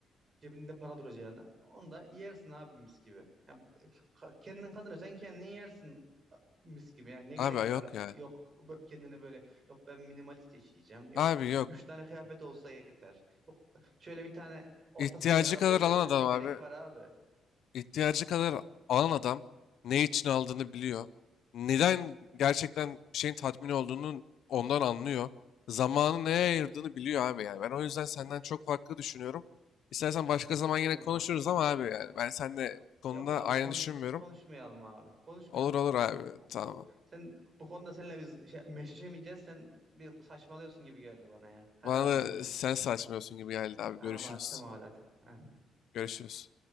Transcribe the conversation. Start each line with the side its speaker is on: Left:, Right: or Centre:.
Right: cebinde para duracağına onu da yersin abi mis gibi yani, e, ka- kendin kazanıyorsan kendin yersin mis gibi. Yani ne gerek
Left: Abi yok
Right: var?
Left: ya.
Right: Yok bö- kendini böyle yok ben minimalist yaşayacağım. Yok
Left: Abi yok.
Right: üç tane kıyafet olsa yeter. Yok şöyle bir tane orta
Left: İhtiyacı
Right: seviye araba
Left: kadar
Right: olsa
Left: alan
Right: yeter.
Left: adam
Right: Ne gerek
Left: abi.
Right: var abi?
Left: İhtiyacı kadar alan adam ne için aldığını biliyor. Neden gerçekten bir şeyin tatmin olduğunu ondan anlıyor. Zamanı neye ayırdığını biliyor abi yani. Ben o yüzden senden çok farklı düşünüyorum. İstersen
Right: Ben
Left: başka
Right: sana bir
Left: zaman
Right: şey demiyorum
Left: yine konuşuruz
Right: abi.
Left: ama abi yani ben seninle bu konuda
Right: Yok abi
Left: aynı
Right: konuş
Left: düşünmüyorum.
Right: konuşmayalım abi. Konuşmayalım
Left: Olur olur
Right: abi.
Left: abi
Right: Sen bu
Left: tamam.
Right: sen bu konuda seninle biz şey, meşleşemeyeceğiz. Sen bir saçmalıyorsun gibi geldi bana ya. Hadi
Left: Bana
Right: abi
Left: da
Right: görüşürüz.
Left: sen saçmalıyorsun gibi geldi abi.
Right: Abi
Left: Görüşürüz.
Right: hadi, tamam hadi. hadi. Ha.
Left: Görüşürüz.